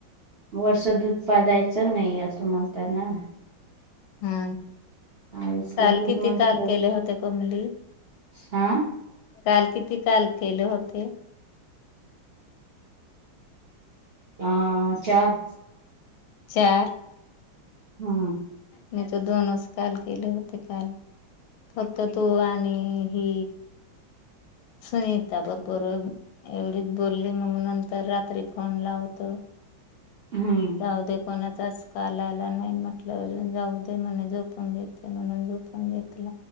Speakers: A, on the right (about 75°); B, on the left (about 85°).
A: वर्ष दूध पालायचं नाही असं म्हणतना
B: हा
A: आईचं
B: काल
A: दूध
B: किती
A: म्हणजे
B: काल केले होते कोमली
A: हा
B: काल किती काल केले होते
A: हां चार
B: चार
A: हम्म
B: नाही तो दोनस काल केले होते काल फक्त तू आणि हि सुनीता बरोबर एवढीच बोली मग नंतर रात्री फोन लावत.
A: हम्म
B: जाऊ दे कोणाचाच कालला नाही म्हटलं जाऊ दे म्हणे झोपून घेत म्हणून झोपून घेतल.